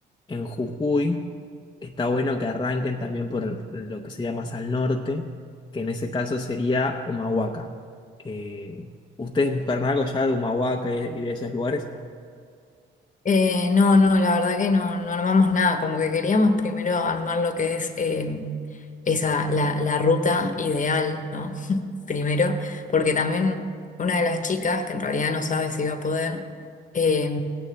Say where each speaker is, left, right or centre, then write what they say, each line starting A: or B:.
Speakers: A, on the left; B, on the left.
A: en Jujuy, está bueno que arranquen también por el- lo que sería más al norte, que en ese caso sería Humahuaca. Eh, ¿ustedes buscaron algo ya de Humahuaca y y de esos lugares?
B: Eh, no, no, la verdad que no, no armamos nada, como que queríamos primero armar lo que es eh, esa, la, la ruta ideal, ¿no? <laughs> Primero, porque también una de las chicas, que en realidad no sabe si va a poder, eh,